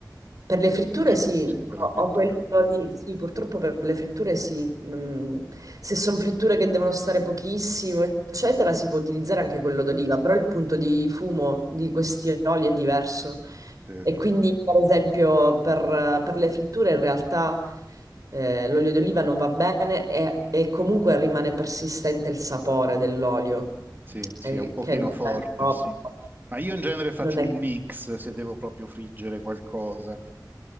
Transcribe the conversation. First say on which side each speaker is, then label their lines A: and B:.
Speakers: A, on the right (about 50°); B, on the right (about 25°).
A: Per le fritture
B: sì,
A: sì,
B: sì, per
A: ho
B: la frittura.
A: ho quello di... Sì, purtroppo per le fritture sì. Mm, Se sono fritture che devono stare pochissimo, eccetera, si può utilizzare anche quello d'oliva, però il punto di fumo di questi oli è diverso.
B: Sì,
A: E quindi, per esempio, per, per le fritture in realtà eh, l'olio d'oliva non va bene e, e comunque rimane persistente il sapore dell'olio,
B: sì, sì,
A: eh,
B: è un pochino
A: che non
B: forte,
A: è proprio...
B: sì. Ma io in genere faccio
A: Non è
B: un mix se devo proprio friggere qualcosa.